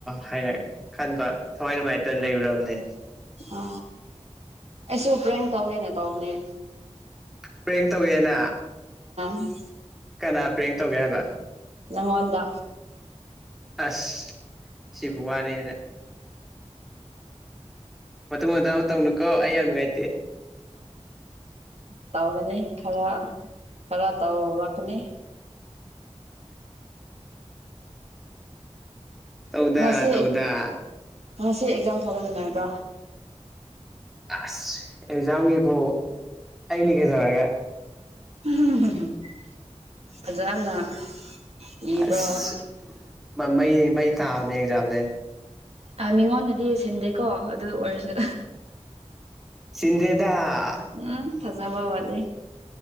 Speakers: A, in the centre; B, on the right.
A: ꯍꯥꯏꯅ ꯈꯟꯕ ꯊꯋꯥꯏ ꯅꯨꯡꯉꯥꯏꯇꯅ ꯂꯩꯔꯨꯔꯕꯅꯦ
B: ꯑ ꯑꯩꯁꯨ ꯄ꯭ꯔꯌꯦꯡ ꯇꯧꯒꯦꯅ ꯇꯧꯕꯅꯦ
A: ꯄ꯭ꯔꯦꯡ ꯇꯧꯋꯦꯅ
B: ꯎꯝ
A: ꯀꯅꯥ ꯄ꯭ꯔꯦꯡ ꯇꯧꯒꯦ ꯍꯥꯏꯕ
B: ꯅꯪꯉꯣꯟꯗ
A: ꯑꯁ ꯁꯤꯕꯨ ꯋꯥꯅꯦ ꯍꯥꯏꯅ ꯃꯇꯨꯡ ꯃꯇꯥꯡ ꯇꯧꯅꯨꯀꯣ ꯑꯩ ꯌꯥꯝ ꯅꯨꯡꯉꯥꯏꯇꯦ
B: ꯇꯧꯒꯅꯤ ꯈꯔ ꯈꯔ ꯇ ꯔꯈꯅꯤ
A: <inaudible> ꯇꯧꯗ
B: ꯉꯁꯤ
A: ꯇꯧꯗꯥ
B: ꯉꯁꯤ ꯑꯦꯛꯖꯥꯝ ꯊꯣꯛꯍꯟꯅꯤꯡꯉꯥꯏꯕ꯭ꯔꯣ
A: ꯑꯁ ꯑꯦꯛꯖꯥꯝꯒꯤꯕꯨ ꯑꯩꯅꯤ ꯀꯩꯗꯧꯔꯒ
B: <unintelligible> ꯐꯖꯅ ꯏꯕ꯭ꯔꯥ
A: ꯑꯁ ꯃꯃꯩ ꯃꯩ ꯇꯥꯕꯅꯦ ꯑꯦꯖꯥꯝꯗ
B: ꯑ ꯃꯤꯉꯣꯟꯗꯗꯤ ꯁꯤꯟꯗꯩꯀꯣ ꯑꯗꯨ ꯑꯣꯏꯔꯁꯨ
A: ꯁꯤꯗꯦꯗ
B: ꯎꯝ ꯐꯖꯕ ꯋꯥꯗꯦ